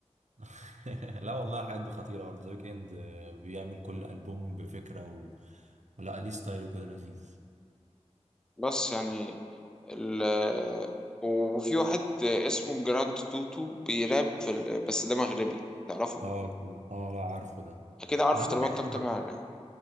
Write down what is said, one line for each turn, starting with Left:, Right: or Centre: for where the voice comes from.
Right: <laughs> لا والله الحاجات دي خطيرة برضه ذا ويكند آه، بيعمل كل ألبوم بفكرة و... ولا ليه ستايل وكده لذيذ
Centre: بس يعني ال... وفي واحد اسمه جراند توتو بيراب في ال... بس ده مغربي تعرفه
Right: اه اه لا عارفه ده
Centre: أكيد عارفه
Right: غنى
Centre: طالما
Right: تقريبا
Centre: أنت متابع
Right: مع
Centre: يعني.